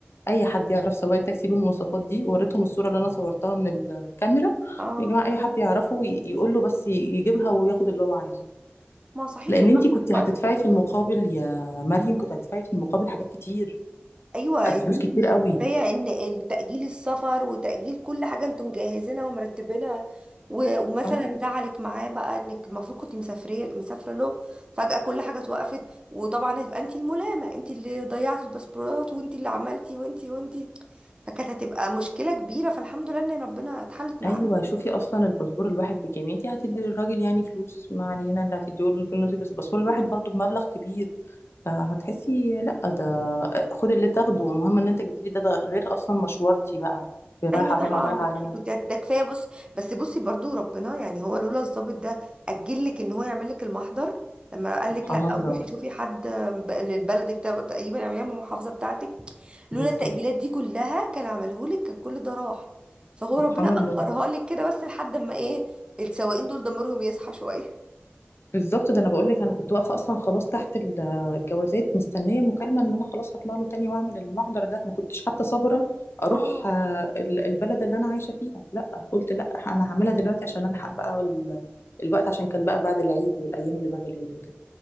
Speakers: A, on the left (about 80°); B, on the right (about 25°).
A: اي حد يعرف سواق التاكسي بالمواصفات دي وريتهم الصوره اللي انا صورتها من الكاميرا
B: اه
A: يا جماعه اي حد يعرفه ي- يقول له بس ي- يجيبها وياخد اللي هو عايزه
B: ما صحيش
A: لان
B: الضغط
A: انتي كنت
B: في الوقت
A: هتدفعي
B: ده
A: في المقابل يا مريم كنت هتدفعي في المقابل حاجات كتير
B: ايوه يا
A: فلوس
B: بنتي
A: كتير قوي
B: كفايه ان ان تاجيل السفر وتاجيل كل حاجه انتم مجهزينها ومرتبينها و- ومثلا
A: اه
B: زعلك معاه بقى انك المفروض كنت مسافريه مسافره له فجاه كل حاجه اتوقفت وطبعا هتبقى انت الملامه انت اللي ضيعتي الباسبورات وانت اللي عملتي وانت وانت فكانت هتبقى مشكله كبيره فالحمد لله ان ربنا اتحلت من
A: ايوه شوفي اصلا الباسبور الواحد بكام انتي هتدي للراجل يعني فلوس ما علينا اللي هتديه له في النصيب بس الباسبور الواحد
B: عنده
A: برضو بمبلغ كبير فهتحسي لا ده خد اللي تاخده المهم ان انت جبت لي ده, ده غير اصلا مشوارتي بقى رايحه
B: ايوه طبعا
A: هنا ورايحه
B: دي
A: هنا
B: كنت هت- ده كفايه بص بس بصي برضو ربنا يعني هو لولا الضابط ده اجل لك ان هو يعمل لك المحضر لما قال
A: سبحان
B: لك لا
A: الله
B: روحي شوفي حد ب- لبلدك تق- تقريبا اعمليها من المحافظه بتاعتك لولا
A: بالظبط
B: التاجيلات دي كلها كان عمله لك كان كل ده راح فهو
A: سبحان
B: ربنا
A: الله
B: اخرها لك كده بس لحد اما ايه السواقين دول ضميرهم يصحى شويه
A: بالظبط ده انا بقول لك انا كنت واقفه اصلا خلاص تحت ال- الجوازات مستنيه مكالمه ان انا خلاص هطلع له تاني واعمل المحضر ده ما كنتش حتى صابره اروح
B: اه
A: آه، ال- البلد اللي انا عايشه فيها لا قلت لا انا هعملها دلوقتي عشان الحق بقى ال- الوقت عشان كان بقى بعد العيد والايام اللي بعد العيد وكده